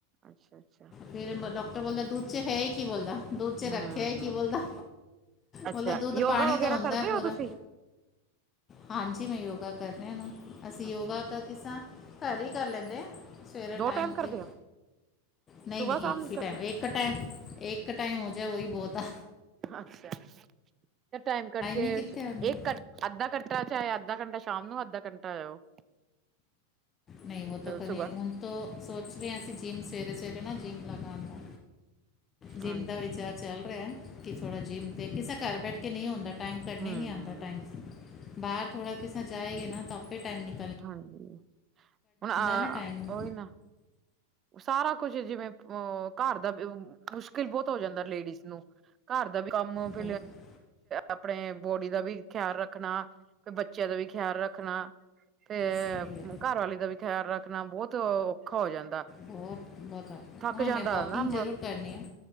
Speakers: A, on the right; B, on the left.
A: ਅੱਛਾ, ਅੱਛਾ।
B: ਫਿਰ ਡੋਕਟਰ ਬੋਲਦਾ ਦੂੱਧ ਚ ਹੈਈ ਕੀ ਬੋਲਦਾ ਦੁੱਧ ਚ
A: ਹੂੰ,
B: ਰੱਖਿਆ ਕੀ ਬੋਲਦਾ
A: ਅੱਛਾ
B: ਮੁੱਲ ਦ ਦੁੱਧ
A: ਯੋਗਾ
B: ਪਾਣੀ
A: ਵਗੈਰਾ
B: ਤੋਂ ਹੁੰਦਾ
A: ਕਰਦੇ
B: ਹੈ ਪੂਰਾ।
A: ਹੋ ਤੁਸੀਂ?
B: ਹਾਂਜੀ ਮੈਂ ਯੋਗਾ ਕਰਨੇਆ ਨਾ ਅਸੀਂ
A: ਅੱਛਾ,
B: ਯੋਗਾ
A: ਅੱਛਾ
B: ਤਾਂ ਕਿਸਾਂ ਘਰ ਈ ਕਰ ਲੈਂਦੇ ਆ। ਸਵੇਰੇ
A: ਦੋ
B: ਟਾਈਮ
A: ਕਰਦੇ
B: ਤੇ
A: ਹੋ?
B: ਨਹੀਂ
A: ਸੁਬਹ
B: -ਨਹੀਂ,
A: ਸ਼ਾਮ
B: ਇੱਕ ਹੀ ਟਾਈਮ
A: ਕਰਦੇ,
B: ਏ ਕੱਟੇ ਏਕ ਕਟਾਏ ਹੋ ਜਾ ਉਹੀ ਬਹੁਤ ਆ।
A: ਅੱਛਾ ਟਾਈਮ ਕਰਕੇ
B: ਹੀ ਕਿੱਥੇ
A: ਘ।
B: ਹੁੰਦਾ
A: ਅੱਧਾ ਘੰਟਾ, ਚਾਹੇ ਅੱਧਾ ਘੰਟਾ ਸ਼ਾਮ ਨੂੰ ਅੱਧਾ ਘੰਟਾ ਆ ਉਹ।
B: ਨਹੀਂ ਉਹ ਤੋਂ ਕਦੀ
A: ਸੁਬਾਹ
B: ਹੁਣ ਤੋਂ ਸੋਚ ਰਹੇ ਹਾਂ। ਅਸੀਂ ਜਿੰਮ ਸਵੇਰੇ ਸਵੇਰੇ ਨਾ ਜਿੰਮ ਲਗਾਉਣ ਦਾ। ਜਿੰਮ
A: ਹਾਂਜੀ,
B: ਦਾ ਵਿਚਾਰ ਚੱਲ ਰਿਯਾ ਕਿ ਥੋੜਾ ਜਿੰਮ ਤੇ ਕਿਸੇ ਘਰ ਬੈਠ ਕੇ ਨਈ ਹੁੰਦਾ ਟਾਈਮ ਕੱਢੇ
A: ਹੂੰ,
B: ਨਹੀਂ ਆਂਦਾ ਟਾਈਮ ਬਾਹਰ ਥੋੜ੍ਹਾ ਕਿਸੇਾਂ ਜਾਏਗਾ, ਨਾ ਤਾਂ ਆਪੇ ਟਾਈਮ ਨਿਕ
A: ਹਾਂਜੀ, ਹੁਣ ਆ
B: ਨਾ ਟਾਈਮ
A: ਓਈ ਨਾ ਸਾਰਾ ਕੁਝ ਜਿਵੇਂ ਅਹ ਘਰ ਦਾ ਮੁਸ਼ਕਿਲ ਬਹੁਤ ਹੋ ਜਾਂਦਾ ਲੇਡੀਜ਼ ਨੂੰ ਘਰ ਦਾ ਵੀ ਕੰਮ ਫ
B: ਬਹੁਤ
A: ਆਪਣੇ ਬੋਡੀ ਦਾ ਵੀ ਖਿਆਲ ਰੱਖਣਾ, ਬੱਚਿਆਂ ਦਾ ਵੀ ਖਿਆਲ ਰੱਖਣਾ ਰ ਤੇ
B: ਸਹੀ ਹੈ
A: ਘਰਵਾਲੀ ਦਾ ਵੀ ਖਿਆਲ ਰੱਖਣਾ ਬਹੁਤ ਔਖਾ ਹੋ ਜਾਂਦਾ।
B: ਬਹੁਤ ਬਹੁਤ
A: ਥੱਕ
B: ਹਾਂ।
A: ਜਾਂਦਾ
B: ਮੈਂ ਵੋਕਿੰਗ
A: ਨਾ
B: ਜ਼ਰੂਰ ਕਰਨੀ ਆ।